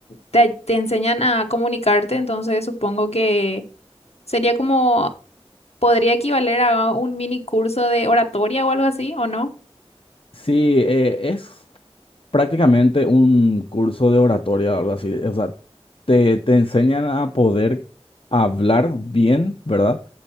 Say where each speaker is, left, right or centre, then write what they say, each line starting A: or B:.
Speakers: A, on the left (about 75°); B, on the left (about 55°).
A: te, te enseñan a comunicarte, entonces supongo que sería como podría equivaler a un mini curso de oratoria o algo así, ¿o no?
B: Sí, eh, es... prácticamente un curso de oratoria o algo así. O sea, te, te enseñan a poder hablar bien, ¿verdad?